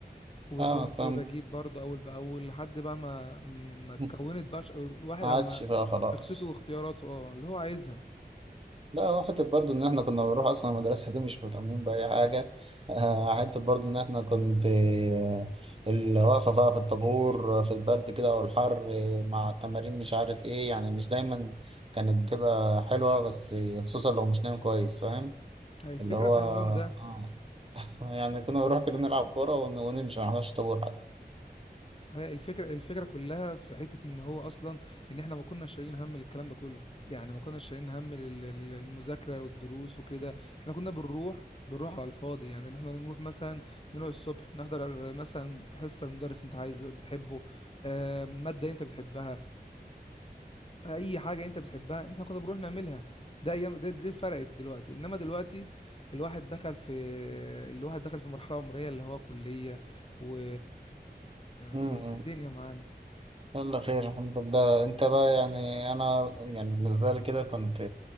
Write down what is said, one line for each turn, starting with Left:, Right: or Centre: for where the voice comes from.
Left: وكنت
Right: فاهمك فاهم
Left: بجيب برضه اول باول لحد بقى ما ما اتكونت
Right: <laughs>
Left: بقى ش- الواحد
Right: ما
Left: على
Right: عادش
Left: ما
Right: بقى خلاص
Left: شخصيته واختياراته اه اللي هو عايزها
Right: لا هو حتة برضه إن إحنا كنا بنروح أصلا المدرسة دي مش مهتمين بأي حاجة آه، حتة برضه إن إحنا كنت آه، اللي واقفة بقى في الطابور آه، في البرد كده والحر آه، مع التمارين مش عارف إيه يعني مش دايما كانت بتبقى حلوة بس آه، خصوصا لو مش نايم كويس فاهم
Left: الفكره
Right: اللي هو
Left: في
Right: آه
Left: النوم ده
Right: يعني كنا بنروح كده نلعب كورة ون- ونمشي ما نعملش طابور حتى
Left: هي الفكرة الفكرة كلها في حتة ان هو اصلا ان احنا ما كناش شايلين هم للكلام ده كله يعني ما كناش شايلين هم لل- لل- للمذاكرة والدروس وكده احنا كنا بنروح بنروح على الفاضي يعني ان احنا نروح مثلا نروح الصبح نحضر مثلا حصة المدرس انت عايزه بتحبه آه، مادة انت بتحبها آه، اي حاجة انت بتحبها احنا كنا بنروح نعملها ده ايام ده دي فرقت دلوقتي انما دلوقتي الواحد دخل في الواحد دخل في مرحلة عمرية اللي هو كلية و...
Right: م- م.
Left: و- ودنيا معانا
Right: يلا خير الحمد لله أنت بقى يعني أنا يعني بالنسبة لي كده كنت